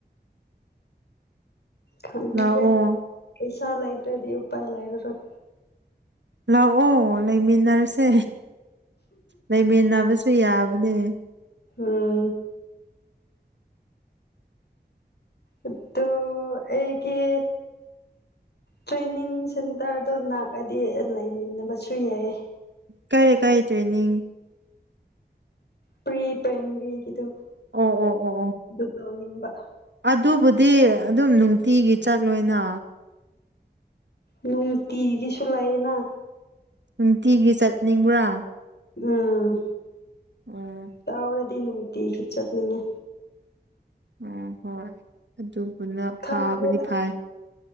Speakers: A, on the left; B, on the right.
A: ꯈꯪꯗ꯭ꯔꯦ
B: ꯂꯥꯛꯑꯣ
A: ꯄꯩꯁꯥ ꯂꯩꯗ꯭ꯔꯗꯤ ꯎꯄꯥꯏ ꯂꯩꯔꯔꯣꯏ
B: ꯂꯥꯛꯑꯣ ꯂꯩꯃꯤꯟꯅꯔꯁꯦ ꯂꯩꯃꯤꯟꯅꯕꯁꯨ ꯌꯥ ꯕꯅꯦ
A: ꯎꯝ ꯑꯠꯗꯨ ꯑꯩꯒꯤ ꯇ꯭ꯔꯦꯅꯤꯡ ꯁꯦꯟꯇꯔꯗꯣ ꯅꯥꯛꯑꯗꯤ ꯂꯩꯃꯤꯟꯅꯕꯁꯨ ꯌꯥꯏ
B: ꯀꯔꯤ ꯀꯔꯤ ꯇ꯭ꯔꯦꯅꯤꯡ
A: ꯄꯔꯤ ꯄ꯭ꯔꯥꯏꯃꯔꯤꯒꯤꯗꯨ
B: ꯑꯣ ꯑꯣ ꯑꯣ ꯑꯣ
A: ꯑꯗꯨ ꯇꯧꯅꯤꯡꯕ
B: ꯑꯗꯨꯕꯨꯗꯤ ꯑꯗꯨꯝ ꯅꯨꯡꯇꯤꯒꯤ ꯆꯠꯂꯣꯏꯅꯥ
A: ꯅꯨꯡꯇꯤꯒꯤꯁꯨ ꯂꯩꯌꯦꯅ
B: ꯅꯨꯡꯇꯤꯒꯤ ꯆꯠꯅꯤꯡꯕ꯭ꯔꯥ
A: ꯎꯝ
B: ꯑꯣ
A: ꯇꯥꯎꯔꯗꯤ ꯅꯨꯡꯇꯤꯒꯤ ꯆꯠꯅꯤꯡꯉꯦ
B: ꯎꯡ ꯍꯣꯏ ꯑꯗꯨꯕꯨꯅ
A: ꯈꯪꯗ꯭ꯔꯦꯗ
B: ꯐꯥꯕꯗꯤ ꯐꯥꯏ